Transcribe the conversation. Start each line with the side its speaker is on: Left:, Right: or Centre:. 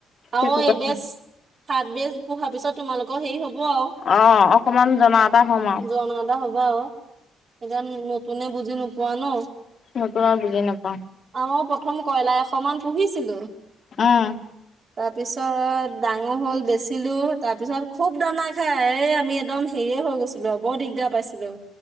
Right: আও
Left: সেইটো
Right: এবেজ
Left: কথা।
Right: হাপবেজ হোৱাৰ পিছত তোমালোকৰ হেৰি হ'ব আও,
Left: অ', অকমান জনা এটা হ'ম আৰু
Right: জনা হ'ব আও, <unintelligible> নতুনে বুজি নোপোৱা ন।
Left: নতুন আও বুজি নাপাওঁ।
Right: আমাৰো প্ৰথম কয়লাৰ এশ মান পুহিছিলো।
Left: উম।
Right: তাৰপিছত ডাঙৰ হ'ল, বেচিলো। তাৰ পিছত খুব দানা খাই, এই আমি একদম হেৰিয়ে হৈ গৈছি ল বৰ দিগদাৰ পাইছিলো।